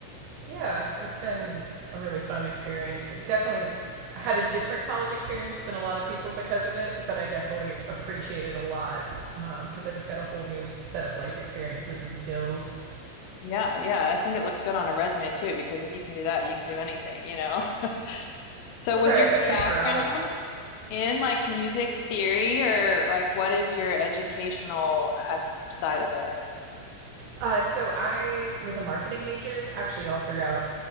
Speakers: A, on the right; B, on the left.
A: yeah, it's been a really fun experience. It definitely I had a different college experience than a lot of people because of it, but I definitely appreciate it a lot because I just got a whole new set of life experiences and skills.
B: Yeah, yeah, I think it looks good on a resume too, because if you can do that, you can do anything, you know? <laughs> So, was
A: Right,
B: your
A: I can
B: background
A: corral like
B: in like music theory or like what is your educational as side of it?
A: Uh, so I was a marketing major actually all throughout